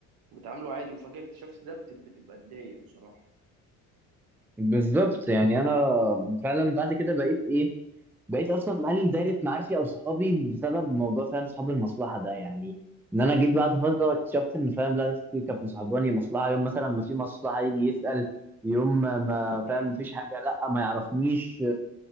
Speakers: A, on the right (about 70°); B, in the centre.
A: وبتعامله عادي وفجأة اكتشفت ده بت- بتبقى تضايق بصراحة
B: بالظبط يعني انا فعلا بعد كده بقيت ايه بقيت اصلا مقلل دايره معارفي او صحابي بسبب موضوع فاهم صحاب المصلحه ده يعني ان انا جيت بعد فتره اكتشفت ان فاهم لا ناس كتير كانت مصاحباني مصلحه يوم مثلا ما في مصلحه يجي يسال يوم ما ما فاهم
A: امم
B: ما فيش حاجه لا ما يعرفنيش